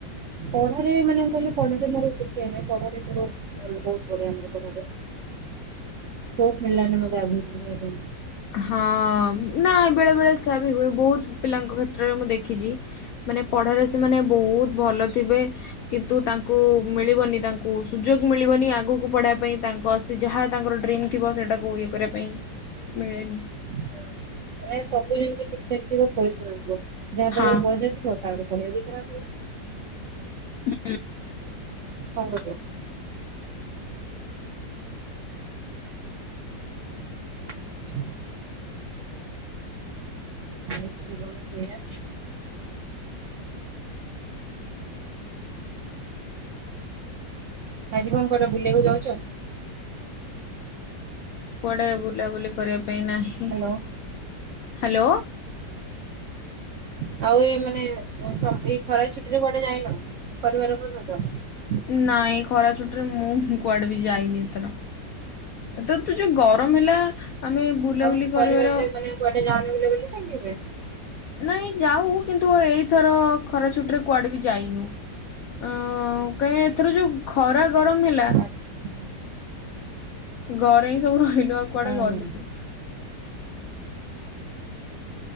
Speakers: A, on the right; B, on the left.
A: ପଢାରେ ମାନେ କହିଲେ ପଢାରେ ମୋର କିଛି ଇଏ ନାହିଁ ପଢାରେ ମୋର ବହୁତ ବଢିଆ ମୋର ପଢାରେ। ହୋପ୍ ମିଳିଲାନି ମୋତେ ଆଗକୁ ବଢିବା ପାଇଁ।
B: ହଁ ନା ବେଳେ ବେଳେ ସେଆ ବି ହୁଏ ବହୁତ ପିଲାଙ୍କ କ୍ଷେତ୍ର ମୁଁ ଦେଖିଛି ମାନେ ପଢାରେ ସେମାନେ ବହୁତ ଭଲ ଥିବେ କିନ୍ତୁ ତାଙ୍କୁ ମିଳିବନି ତାଙ୍କୁ ସୁଯୋଗ ମିଳିବନି। ଆଗକୁ ପଢିବା ପାଇଁ ତାଙ୍କ ସେ ଯାହା ତାଙ୍କର ଡ୍ରିମ୍ ଥିବ ସେଇଟାକୁ ଇଏ କରିବା ପାଇଁ। ମିଳେନି
A: ହଁ ମାନେ ସବୁ ଜିନିଷ ଠିକ୍ ଠାକ୍ ଥିବ ପଇସା ନଥିବ। ଯାହା
B: ହଁ।
A: ପାଖରେ ପଇସା ଥିବ ତାପରେ ପଢିବାକୁ ଇଚ୍ଛା ନଥିବ।
B: ହୁ ହୁ।
A: ହଳଦିଆ। <inaudible> ଆ ସେ ଜୀବନ ସେଇଆ। ଆଜି କଣ କୁଆଡେ ବୁଲିବାକୁ ଯାଉଚ।
B: କୁଆଡେ ବୁଲାବୁଲି କରିବା ପାଇଁ ନାହିଁ
A: ହ୍ୟାଲୋ
B: ହାଲୋ।
A: <inaudible> ଆଉ ଏ ମାନେ ସଭିଏଁ ଖରା ଛୁଟିରେ କୁଆଡେ ଯାଇନ ପରିବାରଙ୍କ ସହିତ।
B: ନାଇଁ ଖରା ଛୁଟିରେ ମୁଁ କୁଆଡେ ବି ଯାଇନି ଏଥର। ଏଥର ତ ଯୋଉ ଗରମ ଗରମ ହେଲା। ଆମେ ବୁଲାବୁଲି
A: ଆଉ ପରିବାରରେ
B: କରିବାର
A: ମାନେ କୁଆଡେ ଯାଉନ ବୁଲାବୁଲି ପାଇଁ।
B: ନାଇଁ ଯାଉ କିନ୍ତୁ ଏଇଥର ଖରା ଛୁଟି ରେ କୁଆଡେ ବି ଯାଇନୁ। ଅଁ କାଇଁ ଏଥର ଯୋଉ ଖରା ଗରମ ହେଲା।
A: ଆଚ୍ଛା ଆଚ୍ଛା
B: ଘରେ ହିଁ ସବୁ ରହିଲୁ ଆଉ କୁଆଡେ ଗଲୁଣି।
A: ହୁଁ।